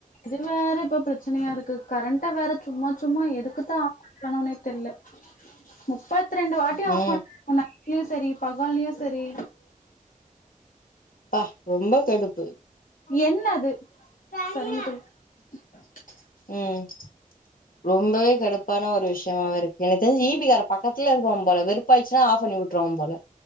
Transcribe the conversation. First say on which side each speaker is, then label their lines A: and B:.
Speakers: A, on the left; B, on the left.
A: இது வேற இப்ப பிரச்சனையா இருக்கு கரண்ட்ட வேற சும்மா சும்மா எதுக்குத்தா ஆஃப் பண்றானுங்கனே தெர்ல முப்பத்ரெண்டு வாட்டி ஆஃப்
B: ம்
A: பண்றாங்க நைட்லயு சரி பகல்லயு சரி
B: அப்பா ரொம்ப கடுப்பு
A: என்னது சரி <unintelligible>
B: ம் ரொம்பவே கடுப்பான ஒரு விஷயமாக இருக் எனக் தெரிஞ்சு ஈ பி கார பக்கத்துல இருக்குவா போல வெப்பாயிச்சுன்னா ஆஃப் பண்ணி விட்ருவா போல